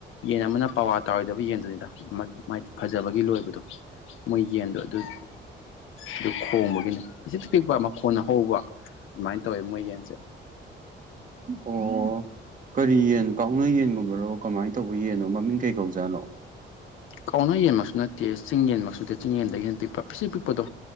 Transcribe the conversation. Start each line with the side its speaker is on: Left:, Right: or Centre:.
Left: ꯌꯦꯟ ꯑꯃꯅ ꯄꯋꯥ ꯇꯥꯔꯣꯏꯗꯕ ꯌꯦꯟꯗꯨꯅꯤꯗ ꯃꯥꯗꯤ ꯐꯖꯕꯒꯤ ꯂꯣꯏꯕꯗꯣ ꯃꯣꯏ ꯌꯦꯟꯗꯣ ꯑꯗꯨꯝ ꯑꯗꯨ ꯈꯣꯡꯕꯒꯤꯅꯤ ꯄꯤꯁꯤꯛ ꯄꯤꯛꯄ ꯃꯈꯣꯟꯅ ꯍꯧꯕ ꯑꯗꯨꯃꯥꯏꯅ ꯇꯧꯋꯦ ꯃꯣꯏ ꯌꯦꯟꯁꯦ
Right: ꯑꯣ ꯀꯔꯤ ꯌꯦꯟ ꯀꯥꯎꯅ ꯌꯦꯟꯒꯨꯝꯕꯔꯣ ꯀꯃꯥꯏꯅ ꯇꯧꯕ ꯌꯦꯟꯅꯣ ꯃꯃꯤꯡ ꯀꯩ ꯀꯧꯖꯥꯠꯅꯣ
Left: ꯀꯥꯎꯅ ꯌꯦꯟꯕꯁꯨ ꯅꯠꯇꯦ ꯆꯤꯡ ꯌꯦꯟꯕꯁꯨ ꯅꯠꯇꯦ ꯆꯤꯡ ꯌꯦꯟꯗꯒꯤꯅ ꯄꯤꯛꯄ ꯐꯤꯤꯁ ꯄꯤꯛꯄꯗꯣ